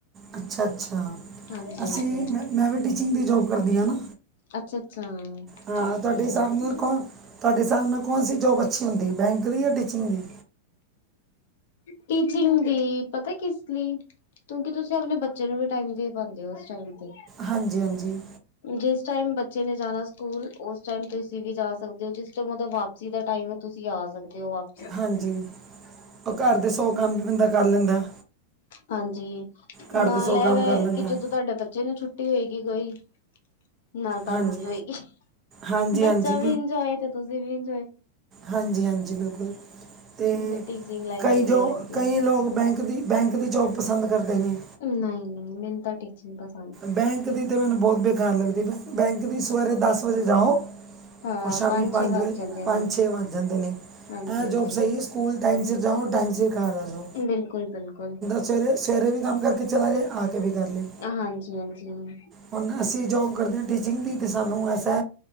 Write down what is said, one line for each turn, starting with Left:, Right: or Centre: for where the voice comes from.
Right: ਅੱਛਾ-ਅੱਛਾ,
Left: ਹਾਂਜੀ
Right: ਅਸੀਂ
Left: ਹਾਂਜੀ
Right: ਵੀ ਮੈਂ ਵੀ ਟੀਚਿੰਗ ਦੀ ਜੋਬ ਕਰਦੀ ਆਂ ਨਾ।
Left: ਅੱਛਾ ਅੱਛਾ
Right: ਹਾਂ,
Left: ਠੀਕ
Right: ਤੁਹਾਡੇ
Left: ਹੈ।
Right: ਹਿਸਾਬ ਨਾਲ ਕੌਣ ਤੁਹਾਡੇ ਸਾਬ ਨਾਲ ਕੌਣ ਸੀ ਜੋਬ ਅੱਛੀ ਹੁੰਦੀ ਐ, ਬੈਂਕ ਦੀ ਜਾਂ ਟੀਚਿੰਗ ਦੀ।
Left: ਟੀਚਿੰਗ ਦੀ, ਪਤਾ ਕਿਸ ਲੀ ਕਿਉਂਕਿ ਤੁਸੀਂ ਆਪਣੇ ਬੱਚੇ ਨੂੰ ਵੀ ਟਾਈਮ ਦੇ ਪਾਂਦੇ ਹੋ, ਉਸ ਟਾਈਮ ਤੇ।
Right: ਹਾਂਜੀ-ਹਾਂਜੀ।
Left: ਜਿਸ ਟਾਈਮ ਬੱਚੇ ਨੇ ਜਾਣਾ ਸਕੂਲ, ਉਸ ਟਾਈਮ ਤੁਸੀਂ ਵੀ ਜਾ ਸਕਦੇ ਹੋ ਜੀ। ਜਦੋ ਵਾਪਸੀ ਦਾ ਟਾਈਮ ਆ, ਤੁਸੀਂ ਆ ਸਕਦੇ ਹੋ ਵਾਪ
Right: ਹਾਂਜੀ, ਉਹ ਘਰ ਦੇ ਸੌ ਕੰਮ ਵੀ ਬੰਦਾ ਕਰ ਲੈਂਦਾ।
Left: ਹਾਂਜੀ,
Right: ਘਰ
Left: ਨਾਲ
Right: ਦੇ
Left: ਇਹ
Right: ਕੰਮ
Left: ਵੈ
Right: ਕਰ ਲੈਂਦਾ
Left: ਕਿ ਜਦੋਂ ਤੁਹਾਡੇ ਬੱਚੇ ਨੂੰ ਛੁੱਟੀ ਹੋਏਗੀ ਕੋਈ ਨਾਲ ਤੁਹਾਨੂੰ
Right: ਹਾਂਜੀ
Left: ਵੀ ਹੋਏਗੀ,
Right: ਹਾਂਜੀ
Left: ਬੱਚਾ
Right: ਹਾਂਜੀ
Left: ਵੀ ਇੰਜੋਏ, ਤੇ ਤੁਸੀਂ ਵੀ ਇੰਜੋਏ।
Right: ਹਾਂਜੀ-ਹਾਂਜੀ, ਬਿਲਕੁਲ। ਤੇ
Left: ਮੈਨੂੰ ਤਾਂ ਟੀਚਿੰਗ ਲਾਈਨ
Right: ਕਈ
Left: ਵਧੀਆ
Right: ਜੋ
Left: ਲੱਗਦੀ
Right: ਕਈ
Left: ਹੈ
Right: ਲੋਕ ਬੈਂਕ ਦੀ, ਬੈਂਕ ਦੀ ਜੋਬ ਪਸੰਦ ਕਰਦੇ ਨੇ।
Left: ਨਈ-ਨਈ, ਮੈਨੂੰ ਤਾਂ ਟੀਚਿੰਗ ਪਸ
Right: ਬੈਂਕ ਦੀ ਤਾਂ ਮੈਨੂੰ ਬਹੁਤ ਬੇਕਾਰ ਲੱਗਦੀ ਏ, ਬੈਂਕ ਦੀ ਸਵੇਰੇ ਦਸ ਵਜੇ ਜਾਓ
Left: ਹਾਂ
Right: ਔਰ ਸ਼ਾਮੀ ਪੰਜ
Left: ਛੇ ਵੱਜ
Right: ਵਜੇ
Left: ਜਾਂਦੇ
Right: ਪੰਜ
Left: ਨੇ
Right: ਛੇ ਵੱਜ ਜਾਂਦੇ ਨੇ,
Left: ਹਾਂਜੀ
Right: ਐ ਜੋਬ
Left: ਹਾਂਜੀ
Right: ਸਹੀ ਸਕੂਲ ਟਾਈਮ ਸੇ ਜਾਓ, ਟਾਈਮ ਸੇ ਘਰ ਆ ਜਾਓ।
Left: ਬਿਲਕੁਲ-ਬਿਲਕੁਲ।
Right: ਸਵੇਰੇ-ਸਵੇਰੇ ਵੀ ਕੰਮ ਕਰਕੇ ਚਲਾ ਜਾਏ, ਆ ਕੇ ਵੀ ਕਰ ਲਏ।
Left: ਹਾਂਜੀ-ਹਾਂਜੀ।
Right: ਹੁਣ ਅਸੀਂ ਜੋਬ ਕਰਦੇ ਹਾਂ ਟੀਚਿੰਗ ਦੀ, ਤੇ ਸਾਨੂੰ ਐਸਾ